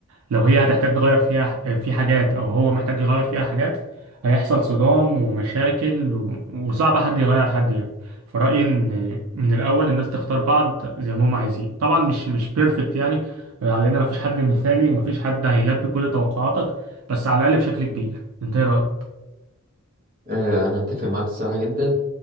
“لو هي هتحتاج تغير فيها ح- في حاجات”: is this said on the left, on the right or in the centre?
Right